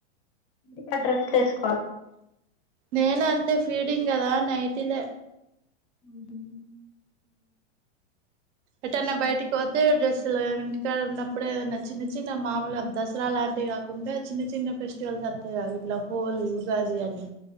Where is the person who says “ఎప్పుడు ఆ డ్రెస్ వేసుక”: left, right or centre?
Left